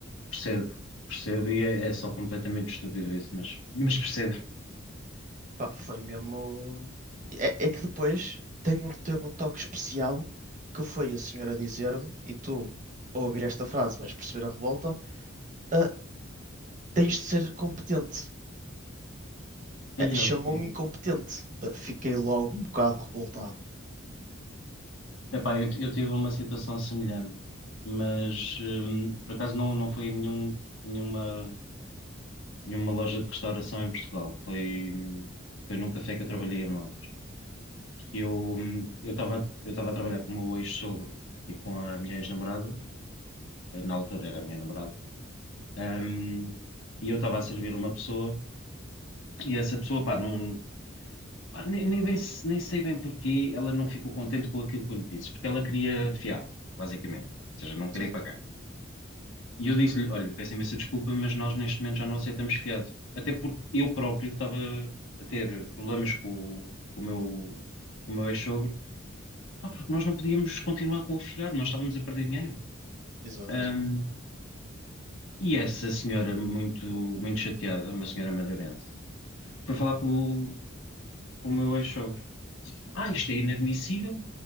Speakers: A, on the left; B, on the right.
A: Percebo, percebo, e é, é só completamente estúpido isso, mas, mas percebo.
B: Pá, foi mesmo. É, é que depois tem um, teve um toque especial que foi a senhora dizer-me, e tu, ao ouvir esta frase, vais perceber a revolta. "Ah, tens de ser competente.
A: E
B: eh, chamou-me
A: eu que.
B: incompetente. Eh, Fiquei logo um bocado revoltado.
A: Epá, eu, eu tive uma situação semelhante, mas hum, por acaso não, não foi em nenhum, nenhuma, nenhuma loja de restauração em Portugal. Foi, hum, foi num café que eu trabalhei em Londres. Que eu hum, eu estava eu estava a trabalhar com o meu ex-sogro e com a minha ex-namorada, na altura era a minha namorada, hum, e eu estava a servir uma pessoa, e essa pessoa, pá, não. Pá, Nem, nem, bem se- nem sei bem porquê ela não ficou contente com aquilo que eu lhe disse, porque ela queria fiado, basicamente. Ou seja, não queria
B: Sim,
A: pagar. E eu disse-lhe: Olha, peço imensa desculpa, mas nós neste momento já não aceitamos fiado. Até porque eu próprio estava a ter problemas com, o com o meu, com o meu ex-sogro, pá, porque nós não podíamos continuar com o fiado, nós estávamos a perder dinheiro.
B: exato,
A: Ahm,
B: exato.
A: e essa senhora, muito, muito chateada, uma senhora madeirense, foi falar com o, com o meu ex-sogro: Ah, isto é inadmissível,